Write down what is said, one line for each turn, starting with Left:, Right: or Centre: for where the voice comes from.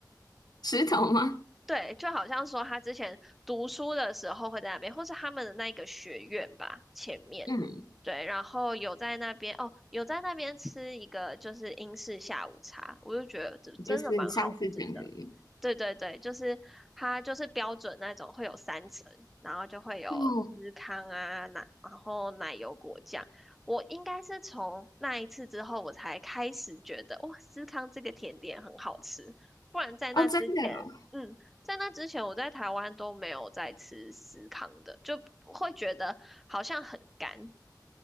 Left: 石头吗？
Centre: 对，就好像说他之前读书的时候会在那边，或是他们的那一个学院吧，前面，
Left: 嗯，
Centre: 对，然后有在那边哦，有在那边吃一个就是英式下午茶，我就觉得这真的蛮好吃的。
Left: 就是你上次讲的。
Centre: 对对对，就是它就是标准那种会有三层，然后就会有司康啊奶，
Left: 哦
Centre: 然后奶油果酱。我应该是从那一次之后，我才开始觉得哇，司康这个甜点很好吃，不然在那之前，
Left: 哦，真的哦
Centre: 嗯。在那之前，我在台湾都没有在吃司康的，就会觉得好像很干。